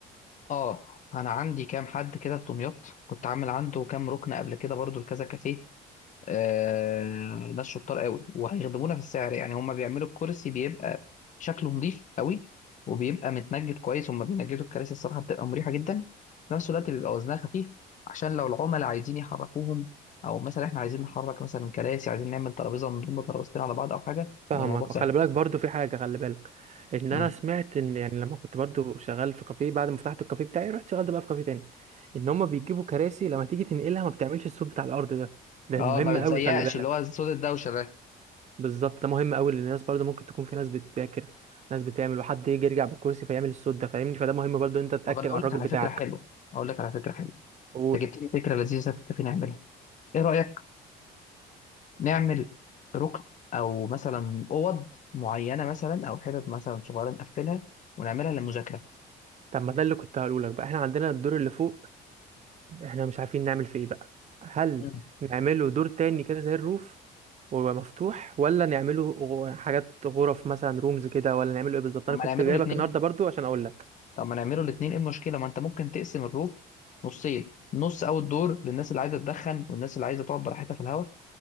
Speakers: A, on the left; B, on the right.
A: اه انا عندي كام حد كده في دمياط كنت عامل عنده كام ركن قبل كده برضو لكذا كافيه آه، ناس شطار قوي وهيخدمونا في السعر يعني هما بيعملوا الكرسي بيبقى شكله نظيف قوي وبيبقى متنجد كويس هما بينجدوا الكراسي الصراحه بتبقى مريحه جدا في نفس الوقت بيبقى وزنها خفيف عشان لو العملاء عايزين يحركوهم او مثلا احنا عايزين نحرك مثلا كراسي عايزين نعمل ترابيزه نضم ترابيزتين على بعض او حاجه
B: فاهمك
A: يبقى الموضوع سهل
B: وخلي بالك برضو في حاجه خلي بالك ان
A: مم.
B: انا سمعت ان يعني لما كنت برضو شغال في كافيه بعد ما فتحت الكافيه بتاعي رحت شغلت بقى في كافيه تاني ان هما بيجيبوا كراسي لما تيجي تنقلها ما بتعملش الصوت بتاع الارض ده ده
A: اه
B: مهم
A: ما
B: قوي
A: بتزيقش
B: خلي بالك
A: اللي هو صوت الدوشه ده
B: بالظبط ده مهم قوي لان الناس برضه ممكن تكون في ناس بتذاكر ناس بتعمل وحد يجي يرجع بالكرسي فيعمل الصوت ده فاهمني فده مهم برضه إن انت تتاكد
A: طب انا اقول
B: على الراجل
A: لك على
B: بتاعك
A: فكره حلوه اقول لك على فكره حلوه
B: قول
A: انت جبت لي فكره لذيذه كنت نعملها ايه رايك نعمل ركن او مثلا اوض معينه مثلا او حتت مثلا صغيره نقفلها ونعملها للمذاكره
B: طب ما ده اللي كنت هقوله لك بقى احنا عندنا الدور اللي فوق احنا مش عارفين نعمل فيه ايه بقى هل
A: مم.
B: نعمله دور تاني كده زي الروف ويبقى مفتوح ولا نعمله غ- حاجات غرف مثلا رومز كده ولا نعمله ايه بالظبط
A: طب
B: انا
A: ما
B: كنت
A: نعمله
B: جايبك
A: الاثنين
B: النهارده برضو عشان اقول لك
A: طب ما نعمله الاثنين ايه المشكله ما انت ممكن تقسم الروف نصين نص اوت دور للناس اللي عايزه تدخن والناس اللي عايزه تقعد براحتها في الهواء